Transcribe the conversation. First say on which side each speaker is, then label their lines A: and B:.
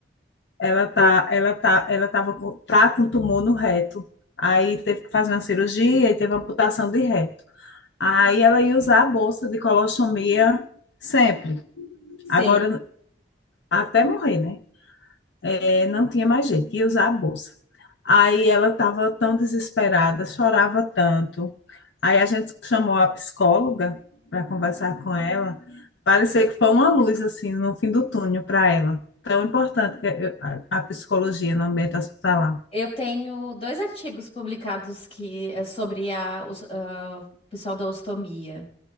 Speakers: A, on the left; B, on the left.
A: Ela tá, ela tá, ela tava com, tá com tumor no reto. Aí teve que fazer uma cirurgia e teve amputação de reto. Aí ela ia usar a bolsa de colostomia sempre.
B: sim.
A: Agora, até morrer, né? É, não tinha mais jeito, ia usar a bolsa. Aí ela estava tão desesperada, chorava tanto. Aí a gente chamou a psicóloga para conversar com ela. Parecia que foi uma luz, assim, no fim do túnel para ela. Tão importante que eu- a a psicologia no ambiente hospitalar.
B: Eu tenho dois artigos publicados que é sobre a, os- ah, o pessoal da ostomia.